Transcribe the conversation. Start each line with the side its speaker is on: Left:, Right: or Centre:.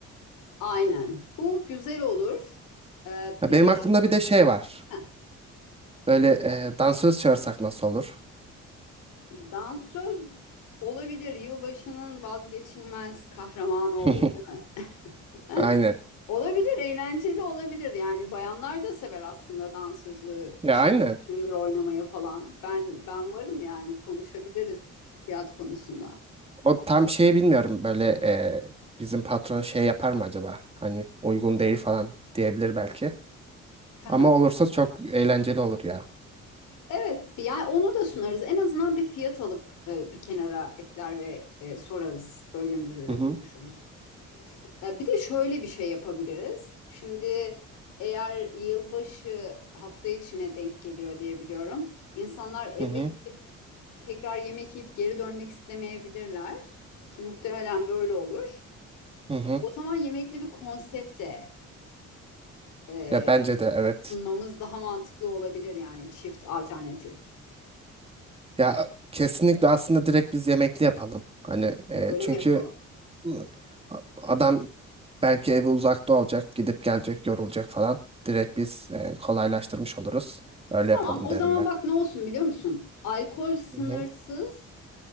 Left: Aynen. Bu güzel olur. Ee,
Right: Ya
Left: bir
Right: benim
Left: de
Right: aklımda bir de şey var.
Left: Heh,
Right: Böyle e, dansöz çağırsak nasıl olur?
Left: dansöz olabilir. Yılbaşının vazgeçilmez kahramanı oluyor,
Right: <laughs>
Left: değil mi? <laughs>
Right: Aynen.
Left: Olabilir, eğlenceli olabilir. Yani bayanlar da sever aslında dansözü,
Right: Ya
Left: şıngır
Right: aynen.
Left: şıngır oynamayı falan. Ben ben varım yani konuşabiliriz fiyat konusunda.
Right: O tam şey bilmiyorum böyle e, bizim patron şey yapar mı acaba? Hani uygun değil falan diyebilir belki.
Left: Hı hı.
Right: Ama olursa çok eğlenceli olur ya.
Left: Evet, bir- yani onu da sunarız. En azından bir fiyat alıp e, bir kenara ekler ve e, sorarız. Bölge müdürüyle
Right: Hı hı
Left: konuşuruz. Ya bir de şöyle bir şey yapabiliriz. Şimdi eğer yılbaşı hafta içine denk geliyor diye biliyorum. İnsanlar eve
Right: hı hı
Left: gidip tekrar yemek yiyip geri dönmek istemeyebilirler ki muhtemelen böyle olur.
Right: hı hı.
Left: O zaman yemekli bir konsepte e,
Right: Ya bence de evet.
Left: sunmamız daha mantıklı olabilir yani çift alternatif.
Right: Ya kesinlikle aslında direkt biz yemekli yapalım. Hani e,
Left: Öyle
Right: çünkü
Left: mi yapalım?
Right: ı, a- adam belki evi uzakta olacak, gidip gelecek, yorulacak falan. Direkt biz e, kolaylaştırmış oluruz. Öyle
Left: Tamam,
Right: yapalım
Left: o
Right: derim
Left: zaman
Right: ben.
Left: bak ne olsun biliyor musun? Alkol sınırsız
Right: Hı hı.